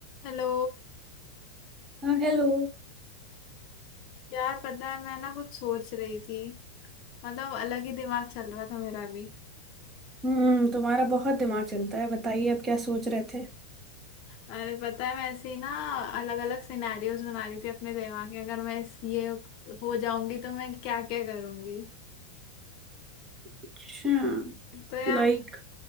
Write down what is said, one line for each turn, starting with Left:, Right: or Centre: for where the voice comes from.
Left: हेलो
Right: हाँ हेलो
Left: यार पता है मैं ना कुछ सोच रही थी मतलब अलग ही दिमाग चल रहा था मेरा भी
Right: हम्म तुम्हारा बहुत दिमाग चलता है बताइए अब क्या सोच रहे थे
Left: अरे पता है मैं ऐसे ही ना अलग अलग सिनेरियोज बना रही थी अपने दिमाग में अगर मैं इस- ये हो जाऊंगी तो मैं क्या क्या करूंगी
Right: अच्छा
Left: तो यार
Right: लाइक